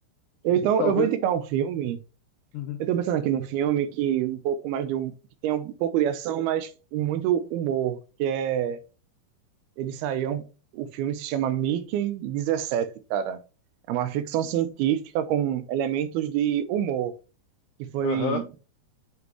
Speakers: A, on the right (about 90°); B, on the left (about 80°).
A: Então,
B: Talvez.
A: eu vou indicar um filme.
B: Uhum.
A: Eu tô pensando aqui num filme que um pouco mais de hum- que tem um pouco de ação, mas muito humor, que é ele saiu, o filme se chama Mickey 17, cara. É uma ficção científica com elementos de humor, que foi
B: Aham.